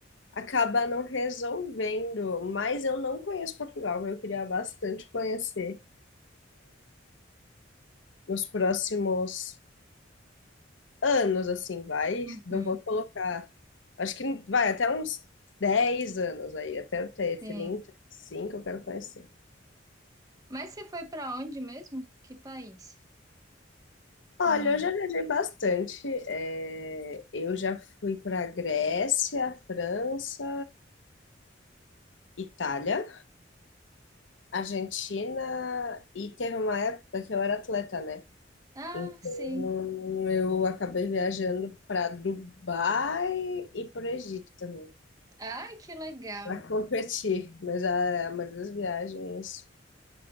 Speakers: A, on the left; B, on the right.
A: acaba não resolvendo. Mas eu não conheço Portugal, eu queria bastante conhecer nos próximos anos, assim, vai.
B: Uhum,
A: Não vou colocar. Acho que vai até uns 10 anos aí, até eu ter
B: sim.
A: 35, eu quero conhecer.
B: Mas você foi pra onde mesmo? Que país?
A: Olha,
B: Não lembro.
A: eu já viajei bastante. é, eu já fui para Grécia, França, Itália, Argentina e teve uma época que eu era atleta, né?
B: Ah,
A: Então
B: sim.
A: eu acabei viajando para Dubai e para o Egito também,
B: Ai, que legal.
A: para competir. Mas a, a maioria das viagens